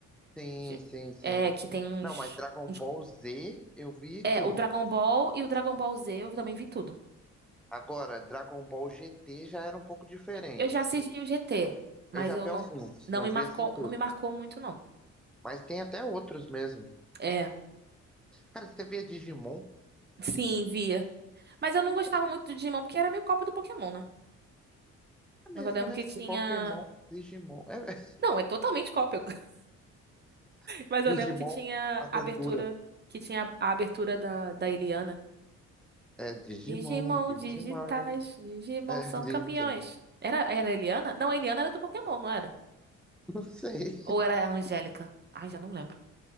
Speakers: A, in the centre; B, on the right.
A: Sim,
B: de-
A: sim, sim.
B: É, que tem uns,
A: Não, mas Dragon
B: uns.
A: Ball Z eu vi
B: É,
A: tudo.
B: o Dragon Ball e o Dragon Ball Z, eu também vi tudo.
A: Agora, Dragon Ball GT já era um pouco diferente.
B: Eu já assisti o GT, mas
A: Eu já
B: eu
A: vi
B: não,
A: alguns,
B: não
A: não
B: me
A: vi
B: marcou,
A: assim tudo.
B: não me marcou muito, não.
A: Mas tem até outros mesmo.
B: É,
A: Cara, você via Digimon?
B: sim, via. Mas eu não gostava muito do Digimon porque era meio cópia do Pokémon, né?
A: É mesmo,
B: Mas eu lembro
A: né?
B: que tinha.
A: Pokémon, Digimon. É, é.
B: Não, é totalmente cópia. <laughs>
A: <laughs>
B: Mas eu
A: Digimon
B: lembro que tinha
A: Aventura.
B: a abertura, que tinha a abertura da, da Eliana.
A: É Digimon,
B: Digimon
A: Digimon,
B: digitais, Digimon
A: <laughs>
B: são
A: Digimon
B: campeões.
A: quem?
B: Era, era a Eliana? Não, a Eliana era do Pokémon, não era?
A: Não sei.
B: Ou era a Angélica? Ai, já não lembro.